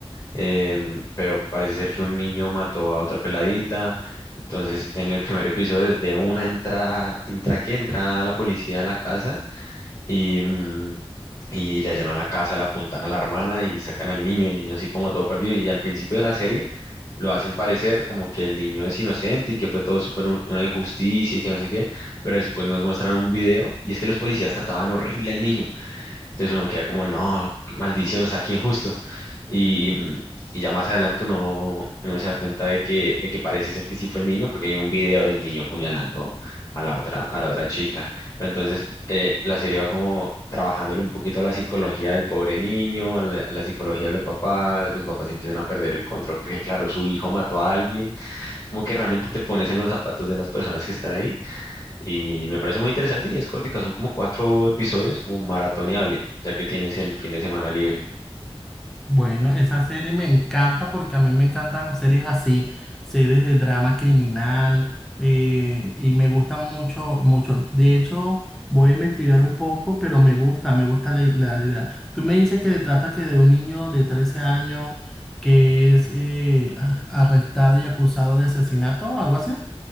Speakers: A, on the left; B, in the centre.
A: em, pero parece ser que un niño mató a otra peladita. Entonces, en el primer episodio, de una entrada, entra que entra la policía a la casa y, mm, y le allanan la casa, le apuntan a la hermana y sacan al niño, el niño así como todo perdido. Y al principio de la serie lo hacen parecer como que el niño es inocente y que fue todo súper un- una injusticia y que no sé qué, pero después nos muestran un video y es que los policías trataban horrible al niño. Entonces uno queda como, no, qué maldición, o sea, qué injusto. Y, mm, y ya más adelante uno, uno se da cuenta de que, de que parece ser que sí fue el niño, porque hay un video del niño apuñalando a la otra, a la otra chica. Pero entonces eh, la serie va como trabajándole un poquito a la psicología del pobre niño, a la, la psicología de los papás, los papás empiezan a perder el control, porque claro, su hijo mató a alguien. Como que realmente te pones en los zapatos de las personas que están ahí y me parece muy interesante y es cortica, son como cuatro episodios, como maratoneable, ya que tienes el fin de semana libre.
B: Bueno, esa serie me encanta porque a mí me encantan series así, series de drama criminal, eh, y me gustan mucho, mucho. De hecho, voy a investigar un poco, pero me gusta, me gusta la, la idea. Tú me dices que le trata que de un niño de 13 años que es eh, a- arrestado y acusado de asesinato o algo así.